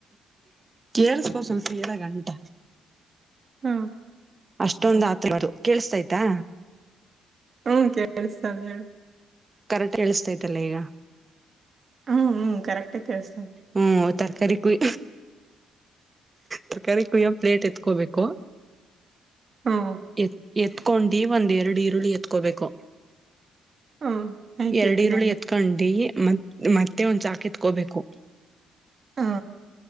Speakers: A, on the right; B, on the right.
A: ಕೇಳಿಸ್ಕೋ ಸ್ವಲ್ಪ ಹೇಳೋ ಗಂಟ
B: ಹಾ
A: ಅಷ್ಟೊಂದ್ ಆತ ಕೇಳಿಸತಯ್ತಾ
B: ಹ್ಮ ಕೇಳಿಸ್ತಾರೆ ಹೇಳಿ
A: ಕರೆಕ್ಟ್ ಹೇಳಸ್ತೈತಲ್ಲ ಈಗ
B: ಹ್ಮ್ ಹ್ಮ್ ಕರೆಕ್ ಕಳಸತಾರೆ
A: ಹ್ಮ್ ತರಕಾರಿ ಕೊಯ ತರಕಾರಿ ಕೊಯ್ಯೋ ಪ್ಲೇಟ್ ಎತ್ಕೋಬೇಕು
B: ಹ್ಮ್
A: ಎತ್ ಎತ್ಕೊಂಡಿ ಒಂದ್ ಎರಡು ಈರುಳ್ಳಿ ಎತ್ಕೋಬೇಕು
B: ಹ್ಮ್ ಆಯ್ತು
A: ಎರಡು
B: ಎತ್ಕೊಂಡೆ
A: ಈರುಳ್ಳಿ ಎತ್ಕೊಂಡಿ ಮತ್ ಮತ್ತೆ ಒಂದ್ ಚಾಕ ಎತ್ಕೋಬೇಕು
B: ಹಾ